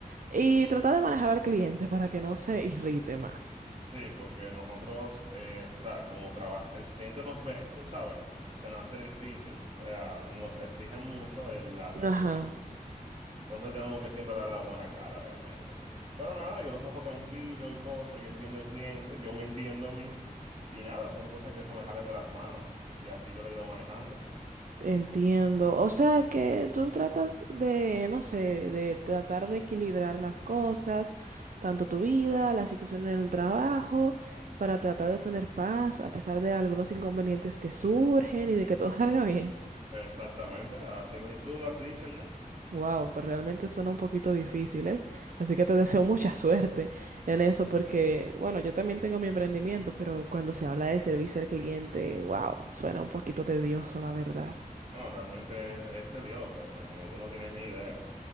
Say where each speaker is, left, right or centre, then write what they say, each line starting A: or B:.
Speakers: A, on the right (about 65°); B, on the right (about 45°).
A: y tratar de manejar al cliente para que no se irrite más.
B: Sí, porque nosotros, eh, o sea, como trabaja, el cliente nos ve, tú sabes, se nos hace difícil, o sea, nos exigen mucho eh, las emociones
A: Ajá,
B: Entonces tenemos que siempre dar la buena cara realmente. Pero nada, yo lo cojo tranquilo y cosas, yo entiendo al cliente, yo me entiendo a mí y nada, son cosas que se me salen de las manos y así yo lo he ido manejando.
A: entiendo. O sea que tú tratas de, no sé, de tratar de equilibrar las cosas, tanto tu vida, la situación en el trabajo, para tratar de tener paz a pesar de algunos inconvenientes que surgen y de que todo <laughs> salga bien.
B: Exactamente, así mi- tú lo has dicho ya.
A: Wow, pero realmente suena un poquito difícil, ¿eh? Así que te deseo mucha suerte en eso porque, bueno, yo también tengo mi emprendimiento, pero cuando se habla de servicio al cliente, wow, suena un poquito tedioso, la verdad.
B: No, realmente es, es tedioso, o sea, como tú no tienes ni idea.